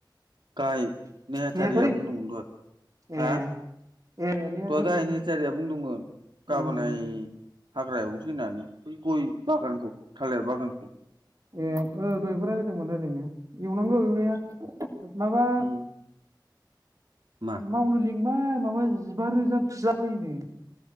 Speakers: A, on the right (about 75°); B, on the right (about 45°).
A: गाहाय नेहाथारिया
B: नेहाथारि
A: बुंदोंमोन दहय
B: ए
A: हा
B: ए नेहाथारिमोन
A: दहाय गाहाय नेहाथारिया बुंदोंमोन
B: उम
A: गाबोनहाय हाग्रा एवनोसै होननानै बै गय बागानखौ थालिर बागानखौ
B: ए ओ दहायबो रायलायदोंमोन रायलायनाया एवनांगौ एवनाया माबा
A: उम मा
B: मावनो लिं लिंबाय माबा जिबा रोजा बिला बायोनो